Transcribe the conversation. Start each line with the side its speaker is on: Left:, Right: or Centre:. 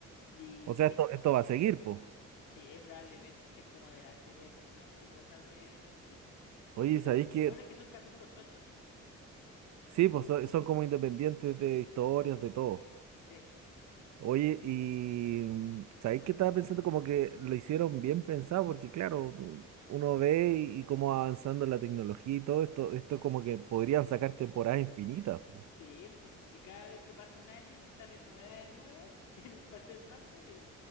Left: Y
Right: O sea,
Left: vi-
Right: esto, esto va a seguir, po.
Left: sí, probablemente si es como de las series más exitosas de Netflix.
Right: Oye,
Left: Porque lo,
Right: ¿sabéis que?
Left: lo bueno es que son capítulos sueltos.
Right: Sí, pues son, son como independientes de historias, de todo.
Left: Sí,
Right: Oye, y mm, ¿sabéis que estaba pensando como que lo hicieron bien pensado? Porque claro, tú- uno ve y, y cómo va avanzando la tecnología y todo esto, esto como que podrían sacar temporadas infinitas, po.
Left: sí, po. Y cada vez que pasa un año y salen novedades nuevas, <laughs> tienen para hacer más series.